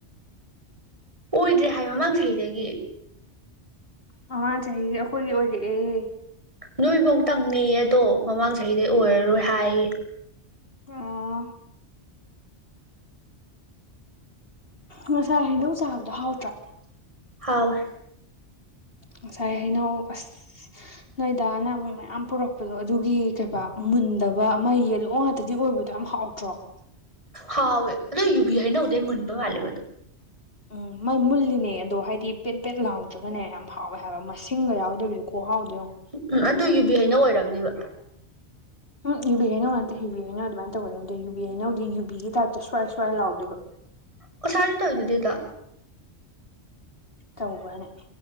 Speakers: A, on the right; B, on the left.
A: ꯑꯣꯏꯗ꯭ꯔꯦ ꯍꯥꯏ ꯃꯃꯥꯡ ꯆꯍꯤꯗꯒꯤ
B: ꯃꯃꯥꯡ ꯆꯍꯤꯒꯤ ꯑꯈꯣꯏꯒꯤ ꯑꯣꯏꯔꯛꯑꯦ
A: ꯅꯣꯏꯕꯧ ꯇꯪꯅꯦꯌꯦ ꯑꯗꯣ ꯃꯃꯥꯡ ꯆꯍꯤꯗꯩ ꯑꯣꯏꯔꯔꯣꯏ ꯍꯥꯏꯑꯌꯦ
B: ꯑꯣ ꯉꯁꯥꯏ ꯍꯩꯅꯧ ꯆꯥꯕꯗꯣ ꯍꯥꯎꯇ꯭ꯔꯥ
A: ꯍꯥꯎꯋꯦ
B: ꯉꯁꯥꯏ ꯍꯩꯅꯧ ꯑꯁ ꯅꯣꯏꯗꯥꯅ ꯑꯃꯨꯛ ꯃꯌꯥꯝ ꯄꯨꯔꯛ ꯄꯗꯣ ꯑꯗꯨꯒꯤ ꯀꯩꯕ ꯃꯨꯟꯗꯕ ꯑꯃ ꯌꯦꯜꯂꯣ ꯉꯥꯛꯇꯗꯤ ꯑꯣꯏꯕꯗꯣ ꯌꯥꯝ ꯍꯥꯎꯇ꯭ꯔꯣ
A: ꯍꯥꯎꯋꯦ ꯑꯗꯣ ꯌꯨꯕꯤ ꯍꯩꯅꯧꯗꯩ ꯃꯨꯟꯕ ꯃꯥꯜꯂꯦꯕ ꯑꯗꯣ
B: ꯎꯝ ꯃꯩ ꯃꯨꯜꯂꯤꯅꯦ ꯑꯗꯣ ꯍꯥꯏꯗꯤ ꯄꯦꯠ ꯄꯦꯠ ꯂꯥꯎꯗ꯭ꯔꯒꯅꯦ ꯌꯥꯝ ꯍꯥꯎꯋꯦ ꯍꯥꯏꯕ ꯃꯁꯤꯡꯒ ꯌꯥꯎꯗꯕꯤꯗꯣ ꯈꯨꯍꯥꯎꯗꯣ ꯌꯦꯡꯉꯣ
A: ꯎꯝ ꯑꯗꯨ ꯌꯨꯕꯤ ꯍꯩꯅꯧ ꯑꯣꯏꯔꯝꯅꯦꯕ
B: ꯎꯝ ꯌꯨꯕꯤ ꯍꯩꯅꯧ ꯅꯠꯇꯦ ꯌꯨꯕꯤ ꯍꯩꯅꯧꯗꯤ ꯑꯗꯨꯃꯥꯏ ꯇꯧꯒꯗꯧ ꯅꯠꯇꯦ ꯌꯨꯕꯤ ꯍꯩꯅꯧꯗꯤ ꯌꯨꯕꯤꯒꯤ ꯇꯥꯏꯞꯇ ꯁ꯭ꯋꯥꯏ ꯁ꯭ꯋꯥꯏ ꯂꯥꯎꯗꯣꯏꯕ
A: ꯉꯁꯥꯏꯗꯨ ꯇꯧꯏꯗꯨꯗꯤ ꯑꯗꯣ
B: ꯇꯧꯕ꯭ꯔꯅꯦ